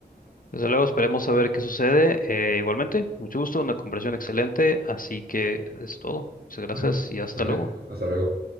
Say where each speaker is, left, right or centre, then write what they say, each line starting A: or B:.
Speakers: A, on the left; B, on the right.
A: Desde luego esperemos a ver qué sucede. Eh, igualmente, mucho gusto, una conversación excelente, así que es todo. Muchas gracias
B: Bueno,
A: y hasta
B: vale,
A: luego.
B: hasta luego.